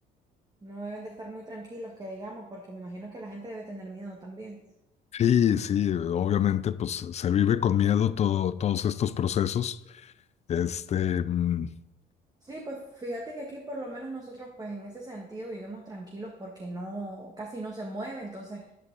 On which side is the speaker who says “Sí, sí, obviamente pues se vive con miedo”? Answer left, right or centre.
Left